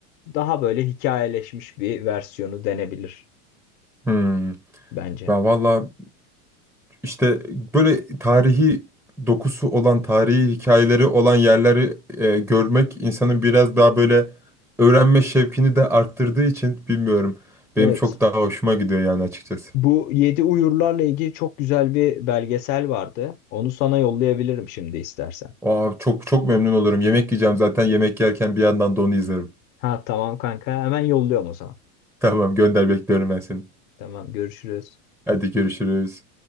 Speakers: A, on the left; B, in the centre.
A: daha böyle hikayeleşmiş bir versiyonu denebilir
B: Hmm.
A: bence.
B: Ya valla işte böyle tarihi dokusu olan, tarihi hikayeleri olan yerleri e, görmek insanın biraz daha böyle öğrenme şevkini de arttırdığı için bilmiyorum.
A: Evet.
B: Benim çok daha hoşuma gidiyor yani açıkçası.
A: Bu Yedi Uyurlar'la ilgili çok güzel bir belgesel vardı. Onu sana yollayabilirim şimdi istersen.
B: Aa, çok çok memnun olurum. Yemek yiyeceğim zaten yemek yerken bir yandan da onu izlerim.
A: Ha tamam kanka. Hemen yolluyorum o zaman.
B: <laughs> Tamam gönder bekliyorum ben seni.
A: Tamam görüşürüz.
B: Hadi görüşürüz.